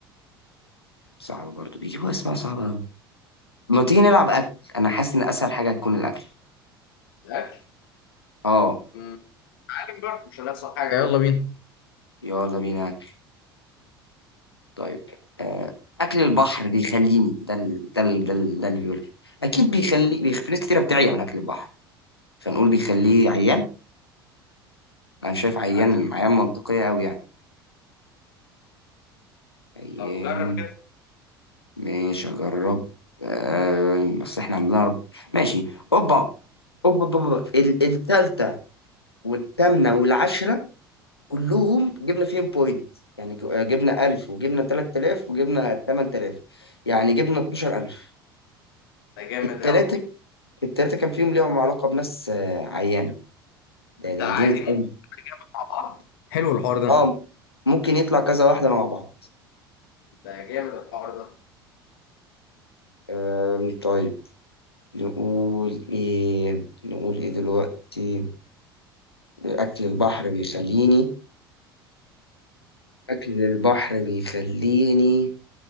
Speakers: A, on the left (about 90°); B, on the left (about 65°).
A: صعب برضه بيجيبوا اسماء صعبة أوي ما تيجي نلعب اكل انا حاسس ان اسهل حاجة هتكون الاكل
B: الاكل
A: اه
B: أمم، تعالى نجرب مش هنخسر حاجه يلا بينا
A: يلا بينا اكل طيب آه، اكل البحر بيخليني ده ال... ده ال... ده, ال... ده اللي بيقول اكيد بيخلي بيخ... في ناس كتيرة بتعيا من اكل البحر فنقول بيخليه عيان انا شايف عيان
B: اكل
A: عيان منطقية أوي يعني عيان
B: طب جرب كده
A: ماشي اجرب آه، بس احنا عندنا رب. ماشي اوبا اوبا اوبا أوبا. ال- التلج والثامنة والعشرة كلهم جبنا فيهم بوينت يعني ك- آه، جبنا 1000 وجبنا 3000 وجبنا 8000 يعني جبنا 12000
B: ده جامد
A: التلاتة
B: قوي
A: التلاتة كان فيهم ليهم علاقة بناس آه، عيانة ده
B: انت
A: ده
B: عادي
A: جامد قوي
B: مع بعض حلو الحوار ده
A: اه ممكن يطلع كذا واحدة مع بعض
B: ده جامد الحوار ده
A: آم، طيب نقول ايه نقول ايه دلوقتي اكل البحر بيخليني اكل البحر بيخليني